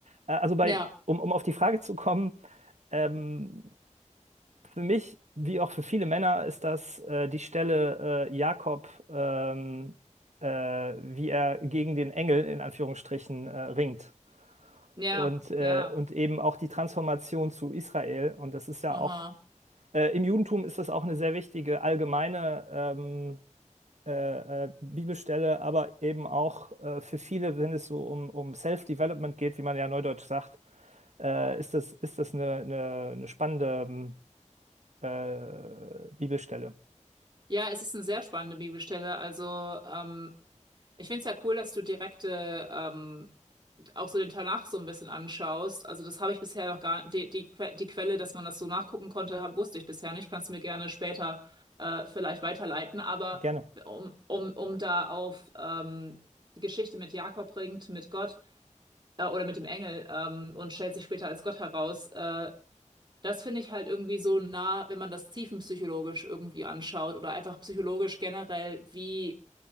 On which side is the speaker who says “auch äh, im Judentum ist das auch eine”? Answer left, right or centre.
Right